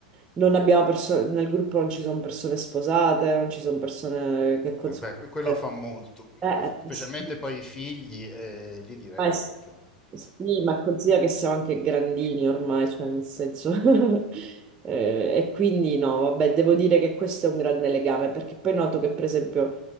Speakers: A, on the right; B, on the left.
A: non abbiamo perso- nel gruppo non ci sono persone sposate, non ci sono persone che cons-
B: Eh beh, que- quello
A: eh,
B: fa molto,
A: eh,
B: quello fa- specialmente
A: eh, sì,
B: poi i figli, eh, lì diventa
A: ma, è- sì,
B: proprio una...
A: ma considera che siamo anche grandini ormai, cioè nel senso. <laughs> eh, e quindi no, vabbè, devo dire che questo è un grande legame, perché poi noto che, per esempio,